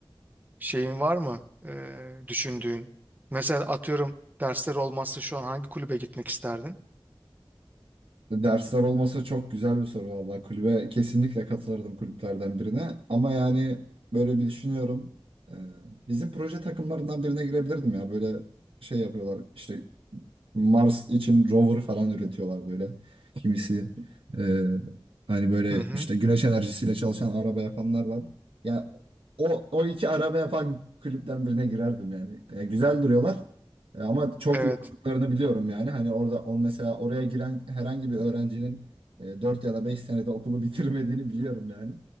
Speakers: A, on the right; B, on the right.
A: şeyin var mı eee, düşündüğün? Mesela atıyorum dersler olmazsa şu an hangi kulübe gitmek isterdin?
B: Dersler olmasa çok güzel bir soru vallahi. Kulübe kesinlikle katılırdım kulüplerden birine. Ama yani böyle bir düşünüyorum. Ee, Bizim proje takımlarından birine girebilirdim ya. Böyle şey yapıyorlar. İşte Mars için rover falan üretiyorlar böyle. Kimisi e, hani böyle
A: Hı hı.
B: işte güneş enerjisiyle çalışan araba yapanlar var. Ya o o iki araba yapan kulüpten birine girerdim yani. E, güzel duruyorlar. E, ama çok
A: Evet.
B: yorduklarını biliyorum yani. Hani orada on mesela oraya giren herhangi bir öğrencinin e, 4 ya da 5 senede okulu bitirmediğini biliyorum yani.